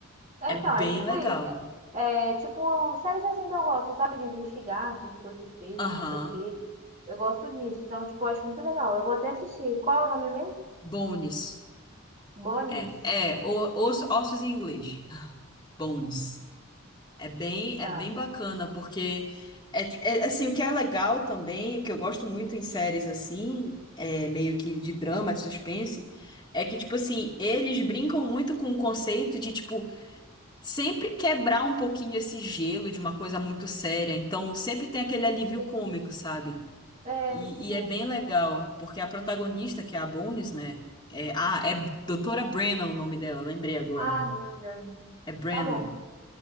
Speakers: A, on the right; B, on the left.
A: É,
B: É
A: então,
B: bem
A: é tipo,
B: legal.
A: é, é tipo séries assim que eu gosto, sabe? De investigar o que foi que fez,
B: Aham.
A: não sei o quê. Eu gosto disso. Então, tipo, eu acho muito legal. Eu vou até assistir. Qual é o nome mesmo?
B: Bones.
A: Bonis.
B: É, é, o- os, ossos em inglês. Bones. É bem,
A: Tá.
B: é bem bacana, porque é, ti- é, assim, o que é legal também, o que eu gosto muito em séries assim, é, meio que de drama, de suspense, é que, tipo assim, eles brincam muito com o conceito de, tipo, sempre quebrar um pouquinho esse gelo de uma coisa muito séria. Então, sempre tem aquele alívio
A: Sim.
B: cômico, sabe?
A: É,
B: E,
A: tipo.
B: e é bem legal, porque a protagonista, que é a Bones, né? É, ah, é Doutora Brennan o nome dela, lembrei agora.
A: Ah, não, não.
B: É Brennan.
A: Tá bom.